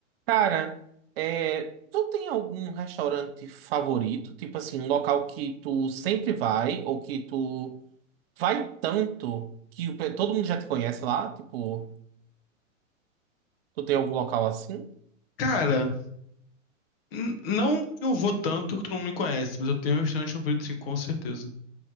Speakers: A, on the right (about 50°); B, on the left (about 45°).
A: Cara, é, tu tem algum restaurante favorito? Tipo assim, um local que tu sempre vai ou que tu vai tanto que o pe- todo mundo já te conhece lá? Tipo, tu tem algum local assim?
B: Cara, n- não que eu vou tanto que todo mundo me conhece, mas eu tenho um restaurante favorito, sim, com certeza.